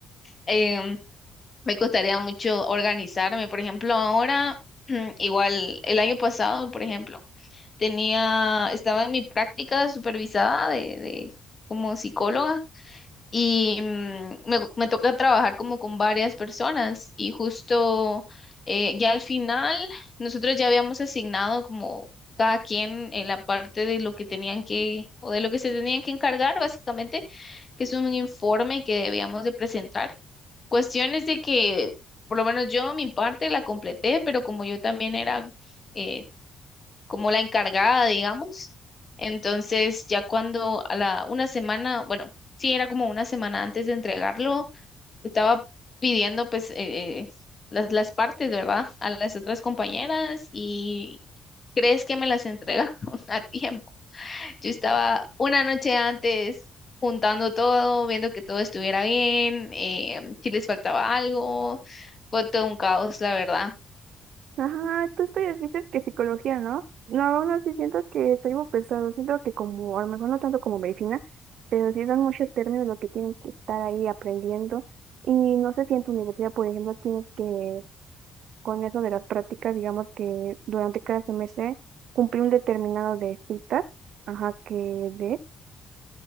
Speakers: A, on the left (about 35°); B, on the right (about 70°).
A: Em, me costaría mucho organizarme. Por ejemplo, ahora, <clears throat> igual, el año pasado, por ejemplo, tenía, estaba en mi práctica supervisada de, de como psicóloga y mm, me, me toca trabajar como con varias personas y justo eh, ya al final nosotros ya habíamos asignado como cada quien en la parte de lo que tenían que o de lo que se tenían que encargar básicamente, que es un informe que debíamos de presentar. Cuestiones de que por lo menos yo mi parte la completé, pero como yo también era eh, como la encargada, digamos. Entonces, ya cuando a la una semana, bueno, sí era como una semana antes de entregarlo, estaba pidiendo pues eh, eh, las, las partes, ¿verdad? A las otras compañeras y ¿crees que me las entregaron <laughs> a tiempo? Yo estaba una noche antes juntando todo, viendo que todo estuviera bien, eh, si les faltaba algo. Fue todo un caos, la verdad.
B: Ajá, tú estudias, dices que psicología, ¿no? No, aún así siento que estoy muy pesado, siento que como, a lo mejor no tanto como medicina, pero sí dan muchos términos lo que tienes que estar ahí aprendiendo. Y no sé si en tu universidad, por ejemplo, tienes que, con eso de las prácticas, digamos que durante cada semestre, cumplir un determinado de citas, ajá, que de...